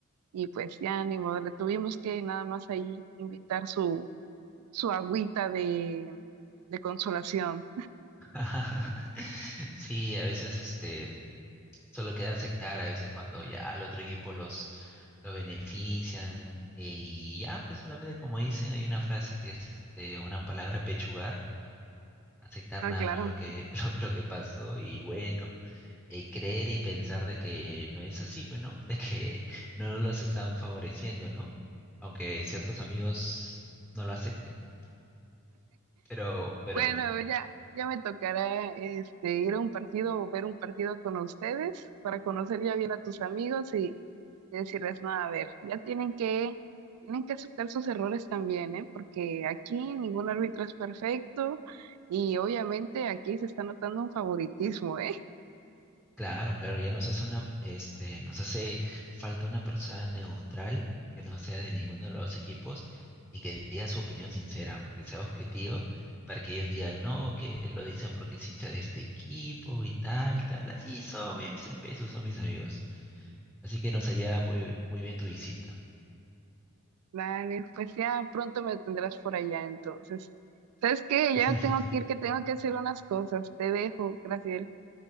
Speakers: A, on the right (about 80°); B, in the centre.
A: Y pues ya ni modo, le tuvimos que nada más ahí invitar su, su agüita de, de consolación.
B: <laughs> Sí, a veces este, solo queda aceptar, a veces cuando ya al otro equipo los, lo benefician, eh, y ya, pues solamente como dicen, hay una frase que es este, una palabra pechugar, aceptar
A: Ah,
B: nada
A: claro.
B: más lo que, <laughs> lo, lo que pasó, y bueno. eh, creer y pensar de que no es así, pues, ¿no? <laughs> De que no nos los están favoreciendo, ¿no? Aunque ciertos amigos no lo acepten. Pero, pero
A: Bueno,
B: bueno,
A: ya, ya me tocará este ir a un partido o ver un partido con ustedes para conocer ya bien a tus amigos y decirles, no, a ver, ya tienen que, tienen que aceptar sus errores también, ¿eh? Porque aquí ningún árbitro es perfecto y obviamente aquí se está notando un favoritismo, ¿eh? <laughs>
B: claro, claro, ya nos hace una, este, nos hace falta una persona neutral que no sea de ninguno de los equipos y que diga su opinión sincera, pues, que sea objetivo. Para que ellos digan, no, que lo dicen porque es hincha de este equipo y tal, tal. Así son, medios espesos son mis amigos. Así que nos haría muy, muy bien tu visita.
A: Dale, pues ya pronto me tendrás por allá entonces. ¿Sabes qué?
B: <laughs>
A: Ya me tengo que ir, que tengo que hacer unas cosas. Te dejo, Graciela.